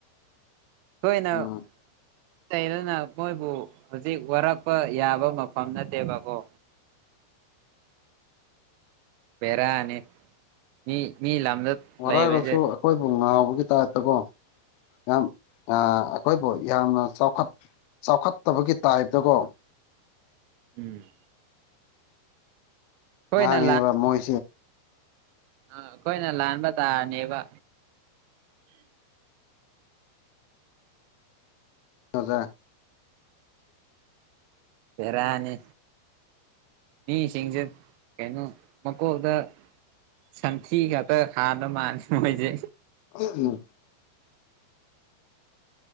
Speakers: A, on the right; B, on the left.
A: ꯍꯣꯏꯅ
B: ꯎꯝ
A: ꯑꯇꯩꯩꯅꯅ ꯃꯣꯏꯕꯨ ꯍꯧꯖꯤꯛ ꯋꯥꯔꯛꯄ ꯌꯥꯕ ꯃꯐꯝ ꯅꯠꯇꯦꯕꯀꯣ ꯄꯦꯔꯅꯤ ꯃꯤ ꯃꯤ ꯂꯝꯗ
B: ꯋꯥꯔꯧꯔꯁꯨ
A: ꯂꯩꯕꯁꯦ
B: ꯑꯩꯈꯣꯏꯕꯨ ꯉꯥꯎꯕꯒꯤ ꯇꯥꯏꯞꯇꯀꯣ ꯌꯥꯝ ꯑꯩꯈꯣꯏꯕꯨ ꯌꯥꯝꯅ ꯆꯥꯎꯈꯠ ꯆꯥꯎꯈꯠꯇꯕꯒꯤ ꯇꯥꯏꯞꯇꯀꯣ
A: ꯎꯝ ꯑꯩꯈꯣꯏꯅ
B: ꯉꯥꯡꯉꯕ ꯃꯣꯏ
A: ꯑ ꯑꯩꯈꯣꯏꯅ ꯂꯥꯟꯕ ꯇꯥꯅꯦꯕ
B: ꯍꯖꯥ
A: ꯕ‌ꯦꯔꯅꯤ ꯃꯤꯁꯤꯡꯁꯦ ꯀꯩꯅꯣ ꯃꯀꯣꯛꯗ ꯁꯟꯊꯤ ꯉꯥꯛꯇ ꯍꯥꯟꯅ ꯃꯥꯅꯤ ꯃꯣꯏꯁꯦ
B: ꯎ <unintelligible>